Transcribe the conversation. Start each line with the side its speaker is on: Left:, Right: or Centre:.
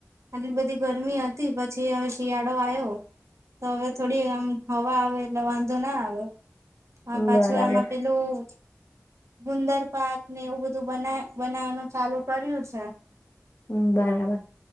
Right: આટલી બધી ગરમી હતી પછી હવે શિયાળો આવ્યો તો હવે થોડી આમ હવા આવે એટલે વાંધો ના આવે. હ પાછું
Left: બરાબર
Right: એમાં પેલું. ગુંદર પાક ને એવું બધું બના બનાવાનું ચાલુ કર્યું છે.
Left: હ બરાબર